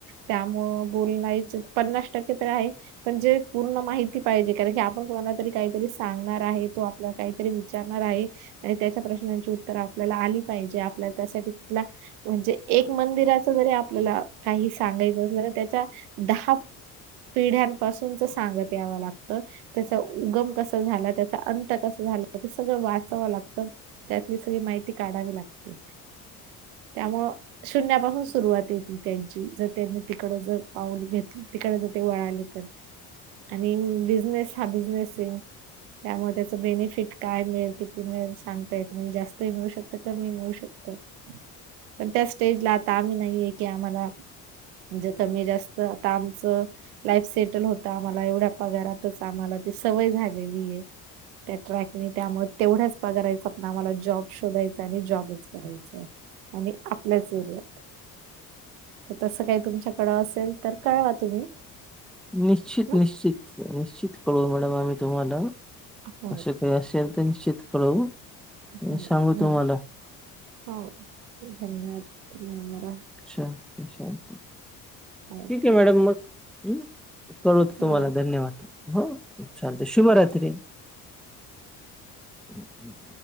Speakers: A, on the right; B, in the centre.
A: त्यामुळ ब बोलायचं पन्नास टक्के तर आहे. पण जे पूर्ण माहिती पाहिजे कारण की आपण कोणाला तरी काहीतरी सांगणार आहे तो आपला काहीतरी विचार राही त्याच्या प्रश्नांची उत्तर आपल्याला आली पाहिजे. आपल्या त्यासाठी कुठला? म्हणजे एक मंदिराच जरी आपल्याला काही सांगायचं झालं त्याच्या दहा पिढ्यांपासूनच सांगत यावं लागतं. त्याचा उगम कसा झाला? त्याचा अंत कसा झाला? ते सगळं वाचावं लागतं, त्यातली सगळी माहिती काढावी लागते. त्यामुळं शून्यापासून सुरुवात येती त्यांची जर त्यांनी तिकड जर पाऊल घेतलं तिकडे जर ते वळाले तर
B: <unintelligible>
A: आणि बिझनेस हा बिझनेस आहे त्यामुळे त्याच बेनिफिट काय मिळेल? किती मिळेल? सांगता येत नाही जास्तही मिळू शकत, कमी ही मिळू शकत. पण त्या स्टेजला आता आम्ही नाही आहेे की आम्हाला म्हणजे कमी जास्त आता आमचं लाईफ सेटल होत आम्हाला एवढ्या पगारातच आम्हाला ती सवय झालेली आहे. त्या ट्रॅक आणि त्यामुळे तेवढ्याच पगाराचा आम्हाला जॉब शोधायचा आणि जॉबच करायचाय. आणि आपल्याच एरियात. तर तसं काही तुमच्याकडं असेल? तर कळवा तुम्ही.
B: निश्चित,
A: ह
B: निश्चित, निश्चित कळवू मॅडम आम्ही तुम्हाला
A: हो
B: असे? असेल तर निश्चित कळवू आणि
A: हो
B: सांगू
A: झाले
B: तुम्हाला
A: हो धन्यवाद मॅम रा
B: चालतंय चालतंय.
A: ओके
B: ठीक आहे मॅडम मग हम्म कळवतो
A: हो
B: तुम्हाला धन्यवाद हो. चालत. शुभरात्री. <inaudible>